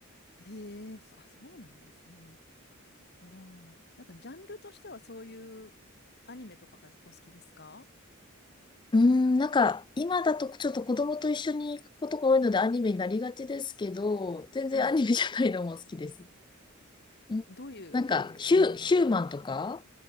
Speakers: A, on the left; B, on the left.
A: ええそあ、そうなんですね。ああ、なんかジャンルとしてはそういうアニメとかがお好きですか
B: うーん、なんか今だとちょっと子供と一緒に行くことが多いのでアニメになりがちですけど、全然アニメじゃないのも好きです。
A: はい。
B: うんなんかヒュ、
A: どういうジャンルが一番はい。
B: ヒューマンとか、